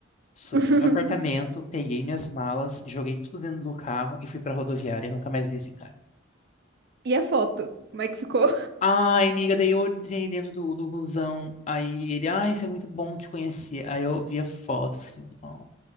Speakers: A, on the left; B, on the right.
A: Subi
B: <laughs>
A: no apartamento, peguei minhas malas, joguei tudo dentro do carro e fui pra rodoviária e nunca mais vi esse cara.
B: E a foto? Como é que ficou?
A: Ai, amiga, daí eu entrei dentro do, do busão. Aí ele, ai, foi muito bom te conhecer. Aí eu vi a foto, falei assim, nossa